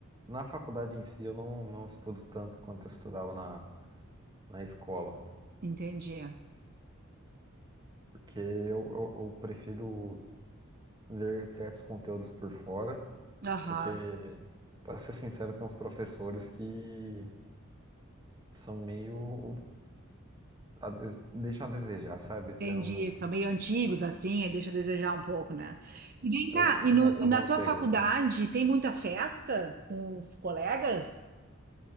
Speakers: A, on the right; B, on the right.
A: na faculdade em si eu não, não estudo tanto quanto eu estudava na, na escola.
B: entendi.
A: Porque eu, eu, eu prefiro ver certos conteúdos por fora,
B: Aham,
A: porque, para ser sincero, tem uns professores que são meio. a des- deixam a desejar, sabe? Você
B: entendi.
A: não.
B: São meio antigos, assim, aí deixa a desejar um pouco, né? E vem cá,
A: você
B: e, no-
A: acaba
B: e na
A: não
B: tua
A: pegando.
B: faculdade tem muita festa com os colegas?